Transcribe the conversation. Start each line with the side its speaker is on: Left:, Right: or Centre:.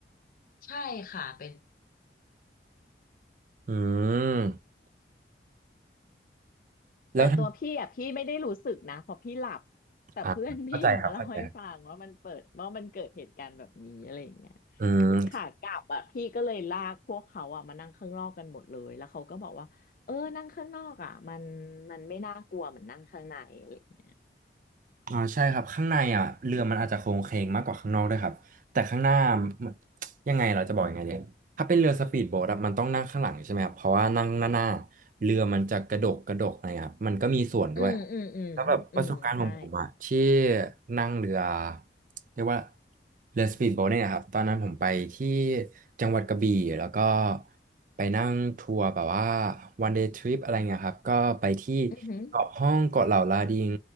Left: ใช่ค่ะเป็น
Right: อืมแล้วถ้า
Left: แต่ตัวพี่อ่ะพี่ไม่ได้รู้สึกนะเพราะพี่หลับแต่เพื่อนพี่อะมาเล่าให้ฟังว่ามันเปิดว่ามันเกิดเหตุการณ์แบบนี้อะไรอย่างเงี้ย
Right: อ่าเข้าใจครับเข้าใจครับอืม
Left: ขากลับอ่ะพี่ก็เลยลากพวกเขาอ่ะมานั่งข้างนอกกันหมดเลยแล้วเขาก็บอกว่าเออนั่งข้างนอกอ่ะมันมันไม่น่ากลัวเหมือนนั่งข้างในอะไรอย่างเงี้ย
Right: อ่าใช่ครับข้างในอ่ะเรือมันอาจจะโครงเคลงมากกว่าข้างนอกด้วยครับแต่ข้างหน้ามันยังไงเราจะบอกยังไงเนี่ยถ้าเป็นเรือสปีดโบ๊ทอะมันต้องนั่งข้างหลังใช่ไหมครับเพราะว่านั่งหน้าหน้าเรือมันจะกระดกกระดกนะครับมันก็มีส่วนด้วย
Left: อืมอืมอืมอืมใช่
Right: แล้วแบบประสบการณ์ของผมอะที่นั่งเรือเรียกว่าเรือสปีดโบ๊ทเนี่ยะครับตอนนั้นผมไปที่จังหวัดกระบี่แล้วก็ไปนั่งทัวร์แบบว่า one day trip อะไรเงี้ยครับก็ไปที่
Left: อือหือ
Right: เกาะห้องเกาะเหล่าลาดิง